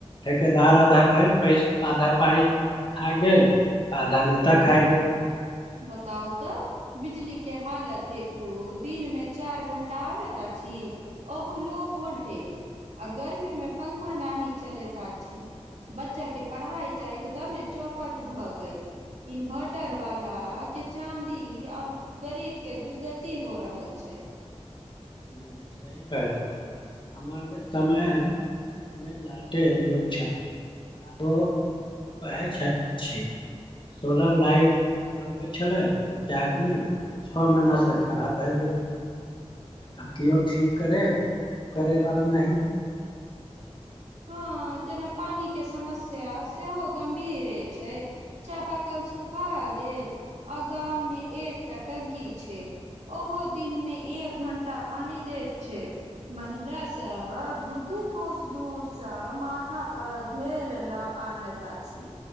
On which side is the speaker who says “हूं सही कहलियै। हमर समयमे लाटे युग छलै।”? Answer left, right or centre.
Left